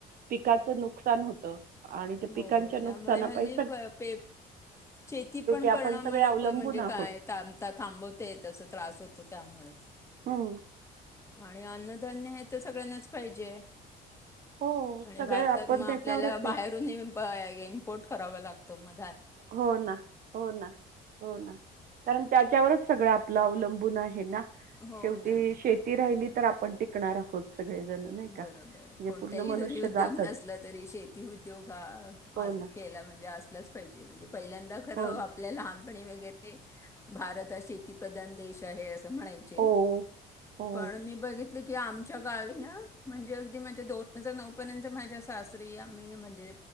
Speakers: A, on the right (about 60°); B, on the left (about 15°).
A: पिकाचं नुकसान होतं आणि त्या पिकांच्या
B: हो
A: नुकसाना
B: त्यामुळे हल्ली
A: पाई
B: प पे शेती पण करणं
A: आपण सगळे
B: लोक
A: अवलंबून
B: म्हणजे
A: आहोत
B: काय था थांबवते तस त्रास होतो त्यामुळे.
A: होय.
B: आणि अन्नधान्य हे तर सगळ्यांनाच पाहिजे.
A: हो
B: आणि
A: सगळे
B: भारतात
A: आपण
B: मग
A: ते
B: आपल्याला
A: त्याच्यावरच आहे
B: बाहेरून इम्प इम्पोर्ट करावा लागतं. तो म्ह
A: हो ना हो ना हो ना कारण त्याच्यावरच सगळं आपलं अवलंबून आहे ना?
B: हो
A: शेवटी
B: ना
A: शेती राहिली तर आपण टिकणार आहोत. सगळेजण नाही का
B: बरोबर
A: म्हणजे
B: कोणताही
A: पूर्ण मनुष्य
B: जरी उद्योग
A: जातच
B: नसला तरी, शेती उद्योग हा
A: हो
B: आज
A: ना
B: केला म्हणजे असलाच पाहिजे म्हणजे पहिल्यांदा खरं
A: हो ना
B: आपल्या लहान पणी वैगेरे भारत हा शेती प्रधान देश आहे- म्हणायचे
A: हो हो
B: पण मी बघित म्हटल की आमच्या गावी ना म्हणजे अगदी माझ्या दोन हजार नऊ पर्यंत माझ्या सासरी आम्ही म्हणजे